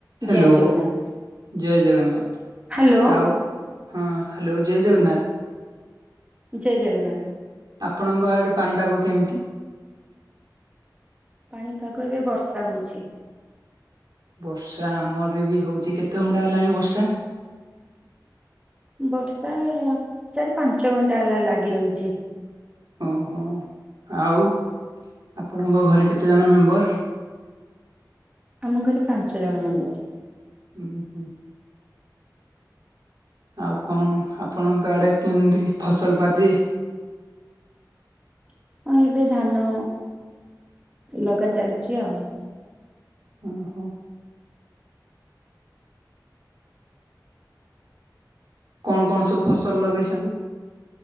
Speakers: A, on the right; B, on the right.
A: Hello
B: ଜୟ ଜଗନ୍ନାଥ
A: ଜୟ Jagannath
B: hello.
A: ଆଉ ହଁ ହ୍ୟାଲୋ ଜୟ ଜଗନ୍ନାଥ
B: ଜୟ ଜଗନ୍ନାଥ
A: ଆପଣଙ୍କ ଆଡେ ପାଣିପାଗ କେମିତି?
B: ପାଣିପାଗ ଏବେ ବର୍ଷା ହଉଛି।
A: ବର୍ଷା ଆମର ବି ହଉଛି କେତେ ଘଣ୍ଟା ହେଲାଣି ବର୍ଷା।
B: ବର୍ଷା ଚାରି ପାଞ୍ଚ ଘଣ୍ଟା ହେଲା ଲାଗି ରହିଛି।
A: ଓହୋ। ଆଉ ଆପଣଙ୍କ ଘରେ କେତେ ଜଣ ମେମ୍ବର?
B: ଆମ ଘରେ ପାଞ୍ଚ ଜଣ ମେମ୍ବର।
A: ହୁଁ ହୁଁ। ଆଉ କଣ ଆପଣଙ୍କ ଆଡେ କେମନ୍ତି ଫସଲ ବାଧି
B: <inaudible> ହଁ ଏବେ ଧାନ ଲଗା ଚାଲିଛି ଆଉ।
A: ଓହୋ। କଣ କଣ ସବୁ ଫସଲ ଲଗେଇଛନ୍ତି?